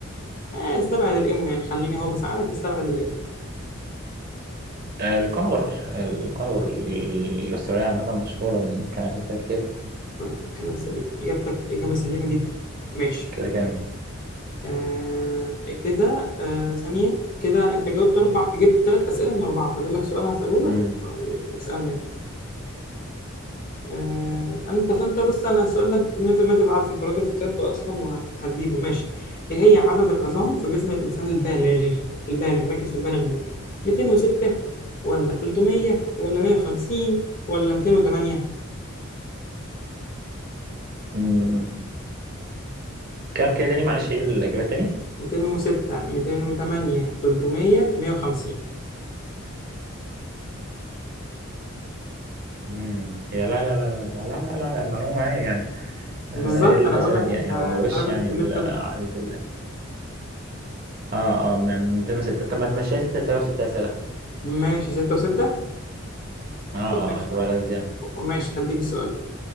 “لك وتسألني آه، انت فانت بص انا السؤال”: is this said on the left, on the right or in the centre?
Left